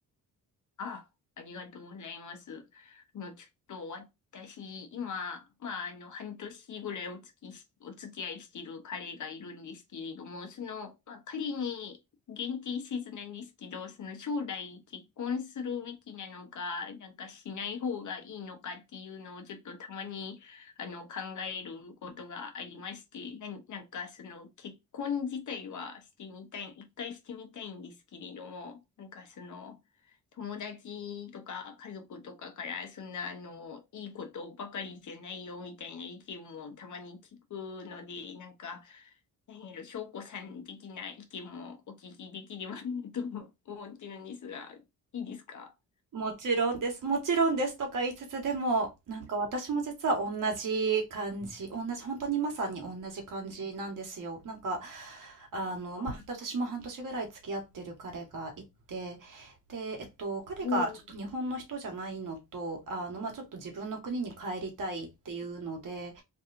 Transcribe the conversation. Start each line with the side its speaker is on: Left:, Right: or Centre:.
Left: あ、ありがとうございます。あの、ちょっと私、今、まあ、あの、半年ぐらいお付きし、お付き合いしてる彼がいるんですけれども、その、まあ、彼に限定せずなんですけど、その将来結婚するべきなのか、なんかしない方がいいのかっていうのをちょっとたまに、あの、考えることがありまして、なん、なんかその結婚自体はしてみたい、一回してみたいんですけれども、なんかその、友達とか家族とかからそんなあの、いいことばかりじゃないよみたいな意見もたまに聞くので、なんか、何やろ、翔子さん的な意見もお聞きできればなと思ってるんですが、いいですか
Right: 「もちろんです、もちろんです」とか言いつつ、でも、なんか私も実は同じ感じ、同じ本当にまさに同じ感じなんですよ。なんか、あの、
Left: あ、
Right: まあ、私も半年ぐらい付き合ってる彼がいて、で、えっと、彼がちょっと日本の人じゃないのと、
Left: もう、
Right: あの、まあ、ちょっと自分の国に帰りたいっていうので、